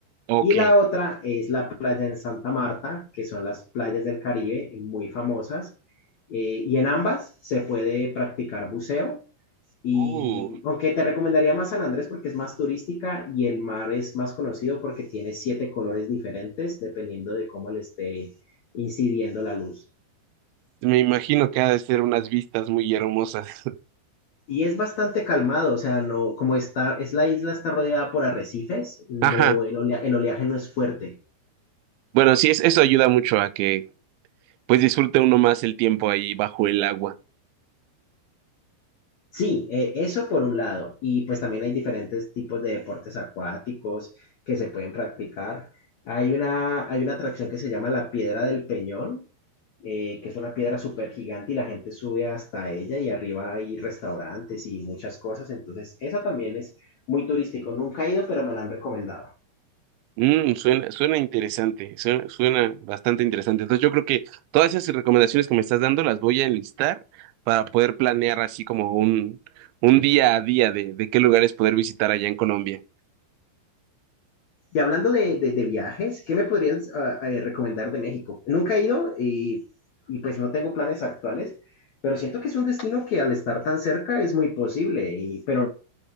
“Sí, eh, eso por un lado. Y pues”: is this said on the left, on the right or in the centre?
Left